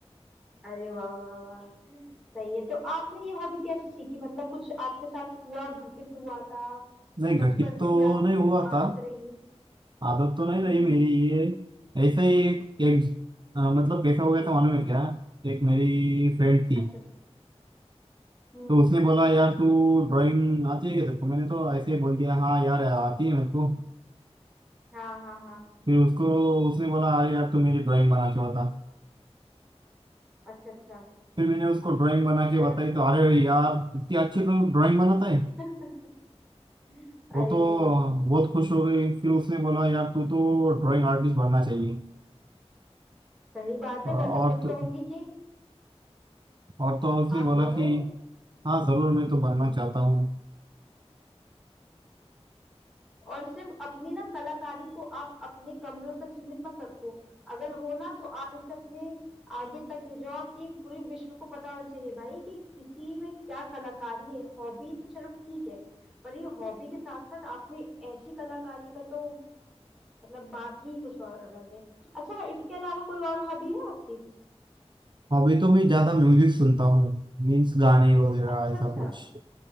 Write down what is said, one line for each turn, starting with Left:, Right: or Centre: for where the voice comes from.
Centre: अरे वाह वाह वाह सही है तो आपने ये हॉबी कैसे सीखी मतलब कुछ आपके साथ हुआ घटित हुआ था
Right: नहीं
Centre: या
Right: घटित
Centre: बचपन
Right: तो
Centre: से ही आपकी
Right: नहीं हुआ
Centre: आदत
Right: था
Centre: रही
Right: आदत तो नहीं
Centre: हम्म
Right: रही मेरी
Centre: हम्म,
Right: ये ऐसा ही एक, एक अ, मतलब कैसा हो गया था मालूम है क्या एक मेरी फ्रेंड थी
Centre: अच्छा हम्म
Right: तो उसने बोला यार तू ड्राइंग आती है क्या तेरे को मैंने तो ऐसे ही बोल दिया हाँ यार आती है मेरे को
Centre: हाँ हाँ हाँ
Right: फिर उसको उसने बोला अरे यार तू मेरी ड्राइंग बना के बता
Centre: अच्छा अच्छा
Right: फिर मैंने उसको ड्राइंग बना के
Centre: फिर
Right: बताई तो अरे यार इतनी अच्छी तो ड्राइंग बनाता है
Centre: <laughs> अरे
Right: वो तो बहुत खुश हो गई फिर उसने बोला यार तू तो ड्राइंग आर्टिस्ट बनना चाहिए
Centre: सही बात
Right: और
Centre: है मैं तो
Right: और
Centre: खुद
Right: तो
Centre: कहूंगी कि
Right: और तो उसने
Centre: आप
Right: बोला
Centre: बनो
Right: कि हाँ जरूर मैं तो बनना
Centre: हम्म
Right: चाहता हूँ
Centre: और सिर्फ अपनी ना कलाकारी को आप अपने कमरों तक सीमित मत रखो अगर हो ना तो आप इसे अपने आगे तक ले जाओ कि पूरे विश्व को पता होना चाहिए भाई कि किसी में क्या कलाकारी है हॉबी तो चलो ठीक है पर ये हॉबी के साथ साथ आप में ऐसी कलाकारी का तो मतलब बात ही कुछ और अलग है अच्छा इसके अलावा कोई और हॉबी है आपकी
Right: हॉबी तो मैं ज्यादा म्यूजिक सुनता हूँ मीन्स गाने वगैरह
Centre: अच्छा
Right: ऐसा
Centre: अच्छा
Right: कुछ